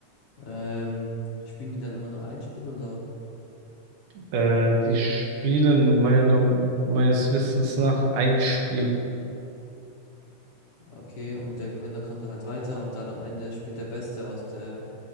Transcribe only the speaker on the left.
Ähm, spielen die dann immer nur ein Spiel oder?
Okay, und der Gewinner kommt dann halt weiter und dann am Ende spielt der Beste aus der